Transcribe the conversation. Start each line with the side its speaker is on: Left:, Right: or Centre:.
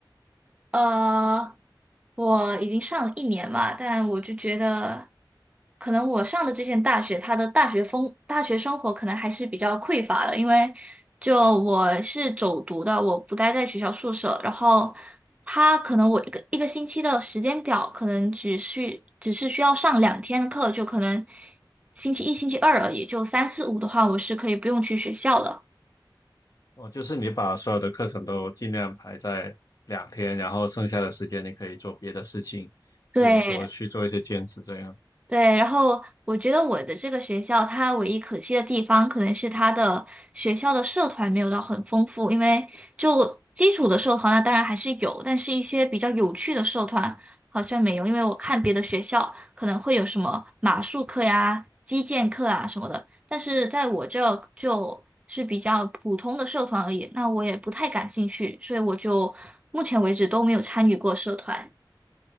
Right: 呃，我已经上了一年吧，但我就觉得，可能我上的这间大学，它的大学风、大学生活可能还是比较匮乏的，因为就我是走读的，我不待在学校宿舍，然后他可能我一个一个星期的时间表，可能只需只是需要上两天的课，就可能星期一、星期二而已，就三四五的话，我是可以不用去学校的。
Left: 哦，就是你把所有的课程都尽量排在两天，然后剩下的时间你可以做别的事情，
Right: 对，
Left: 比如说去做一些兼职这样。
Right: 对，然后我觉得我的这个学校，它唯一可惜的地方，可能是它的学校的社团没有到很丰富，因为就基础的社团呢，当然还是有，但是一些比较有趣的社团好像没有，因为我看别的学校可能会有什么马术课呀、击剑课啊什么的，但是在我这就是比较普通的社团而已，那我也不太感兴趣，所以我就目前为止都没有参与过社团。